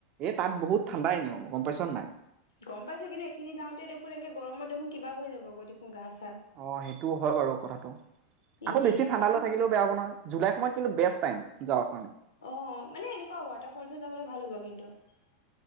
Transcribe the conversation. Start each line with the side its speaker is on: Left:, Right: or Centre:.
Right: এ তাত বহুত ঠাণ্ডা ইনেও গম পাইছ নে নাই?
Left: গম পাইছো কিন্তু এইখিনি যাওঁতে দেখোন একে গৰমত দেখোন কিবা হৈ যাব গৈ দেখোন গা চা
Right: অ', সেইটোও হয় বাৰু কথাটো। আকৌ
Left: যিহে
Right: বেছি ঠাণ্ডালৈ
Left: গৰম
Right: থাকিলেও বেয়া হ'ব নহয় জুলাই সময়ত কিন্তু বেষ্ট টাইম। যাওঁক।
Left: অ' মানে এনেকুৱা ৱাটাৰ ফলছত যাবলৈ ভাল হ'ব কিন্তু। <unintelligible>